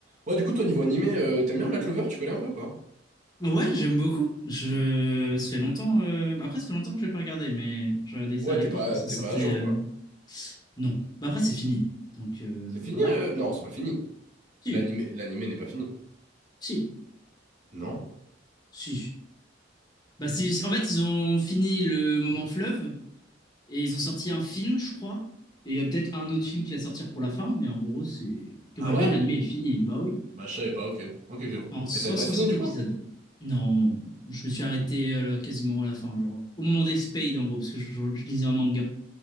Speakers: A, on the right; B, on the left.
A: Ouais, du coup, toi, niveau animé, euh, t'aimes bien Black Clover? Tu connais un peu ou pas?
B: Ouais, j'aime beaucoup. Je... Ça fait longtemps. euh, bah Après, ça fait longtemps que je vais pas regarder, mais je regardais ça
A: Ouais,
B: à l'époque
A: t'es pas,
B: quand ça
A: t'es
B: sortait.
A: pas à jour,
B: euh,
A: quoi.
B: Non. Bah après, c'est fini. Donc euh,
A: C'est fini?
B: voilà.
A: euh Non, c'est pas fini.
B: Si,
A: L'animé, l'animé n'est pas fini.
B: si,
A: Non?
B: si. Bah c'est. En fait, ils ont fini le moment fleuve et ils ont sorti un film, je crois. Et il y a peut-être un autre film qui va sortir pour la fin, mais en gros, c'est globalement
A: Ah ouais?
B: l'anime est fini. Bah oui.
A: Bah, je savais pas, ok. Ok, ok.
B: En soit
A: Et t'as t'as
B: 60
A: fini, du
B: épisodes.
A: coup?
B: Non, je me suis arrêté euh, quasiment à la fin, genre au moment des Spades en gros, parce que je, je- je lisais un manga.